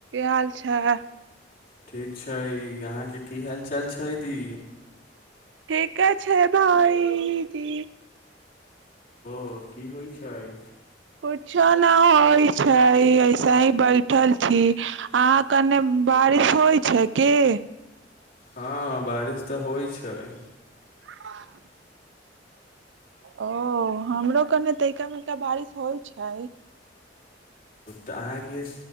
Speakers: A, on the right; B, on the left.
A: अच्छा
B: ठीक छैय अहाँके की हाल चाल छैय दी?
A: ठीक छैय भाइ की
B: ओ की होइ छैय?
A: कुछो न होइ छैय ऐसे ही बैठल छी अहाँ कने बारिश होइ छैय की?
B: हँ बारिश तऽ होइ छैय।
A: हँ ओ हमरो कने तैका मेका बारिश होइ छैय।
B: तऽ अहाँके